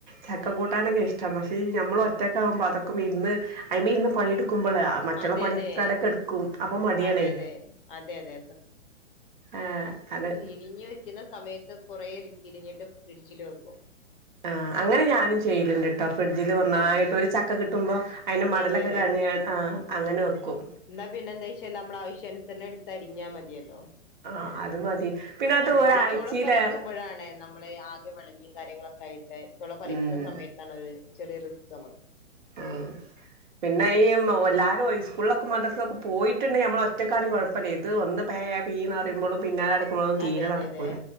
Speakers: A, on the right; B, on the left.
A: ചക്ക കൂട്ടാനൊക്കെ ഇഷ്ടാണ് പക്ഷേ നമ്മൾ ഒറ്റക്കെ ആവുമ്പോ അതൊക്കെ ഇരുന്ന് അയിമെരുന്ന് പണിയെടുക്കുമ്പോൾേ മറ്റുള്ള
B: അതെ
A: പണി
B: അതെ
A: ഒക്കെ അവ്ടെ ട കെടക്കും അപ്പോ മടിയാണേ
B: അതെ അതെ അതെ അതെ
A: ആഹ് അത്
B: ഇരിഞ്ഞു വെക്കുന്ന സമയത്ത് കുറേ ഇരിഞ്ഞിട്ട് ഫ്രിഡ്ജില് വെക്കും
A: ആഹ് അങ്ങനെ ഞാനും ചെയ്യലുണ്ട്ട്ടോ ഫ്രിഡ്ജില് ഒന്നായിട്ട്
B: ആഹ്
A: ഒരു ചക്ക കിട്ടുമ്പോ അയ്ന്റെ മടലൊക്കെ
B: അതെ
A: കളഞ്ഞ് ആ അങ്ങനെ വെക്കും
B: എന്താ പിന്നെ എന്താ ചോയ്ച്ചാല് നമ്മുടെ ആവശ്യ അനുസരണം എടുത്തരിഞ്ഞാ മതിയല്ലോ
A: ആഹ് അത് മതി പിന്നെ അത്
B: അതായത്
A: ഒരാഴ്ചയിലേറെ
B: ഈ ചൊള പറിക്കുമ്പോഴാണ് നമ്മള് ആകെ വിളഞ്ഞിയും കാര്യങ്ങളൊക്കെ ആയിട്ട് ചൊള പറിക്കുന്ന
A: ഉം
B: സമയത്തണ് ഒരു ചെറിയ റിസ്ക് നമുക്ക് <inaudible>
A: ഉം പിന്നെ ഈ എല്ലാരും സ്കൂളിലൊക്കെ മദ്രസ്സിലൊക്കെ പോയിട്ടുണ്ടെങ്കിൽ നമ്മൾ ഒറ്റക്കാണേലും കുഴപ്പല്ല ഇത് ഒന്ന് പേ. പീന്ന് പറയുമ്പളും പിന്നാലെ നടക്കുമ്പളൊന്നും തീരെ
B: അതെ അതെ
A: നടക്കൂല
B: അതെ